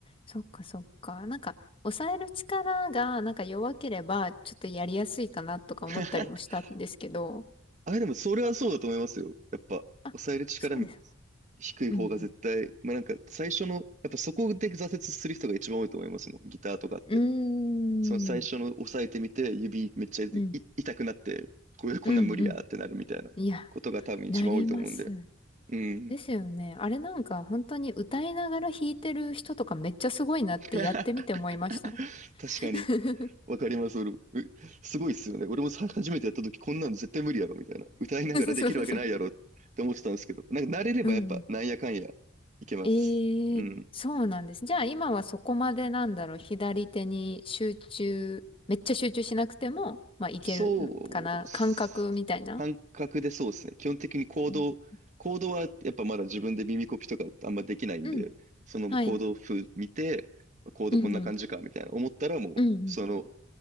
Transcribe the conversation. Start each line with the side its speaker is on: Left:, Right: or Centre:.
Left: そっかそっか。なんか、抑える力がなんか弱ければ、ちょっとやりやすいかなとか思ったりもしたんですけど。
Right: <laughs> あれでもそれはそうだと思いますよ。やっぱ、
Left: あ、
Right: 抑える力
Left: そうですか。
Right: 低い方が絶対、
Left: うん。
Right: まあなんか最初の、やっぱそこで挫折する人が一番多いと思いますもん、ギターとかって。
Left: うん。
Right: その最初の押さえてみて、
Left: うーん。
Right: 指めっちゃい痛くなって、
Left: うん。
Right: これこんなん無理やってなるみたいなことが多分一番多いと思うんで。
Left: うんうん。いや、なります。
Right: うん。
Left: ですよね。あれなんか本当に歌いながら弾いてる人とかめっちゃすごいなってやってみて思いました。
Right: <laughs> 確かに。
Left: <laughs>
Right: わかります。俺もうすごいっすよね。俺もさ初めてやった時、こんなの絶対無理やろ、みたいな。歌いながらできるわけないやろって思ってたんですけど、
Left: そうそう。
Right: なんか慣れればやっぱ、
Left: うんうん。
Right: なんやかんや、いけます。
Left: ええ、
Right: うん。
Left: そうなんです。じゃあ今はそこまでなんだろう、左手に集中、めっちゃ集中しなくても、まあいけるかな、
Right: そうっす、
Left: 感覚みたいな。
Right: 感覚でそうですね。基本的に行動、
Left: うん
Right: 行動はやっぱまだ自分で耳コピとかあんまできないんで、
Left: うん、
Right: その行動風見て、
Left: はい。
Right: コードこんな感じかみたいな思ったらもう、
Left: うんうん、うんうん。
Right: その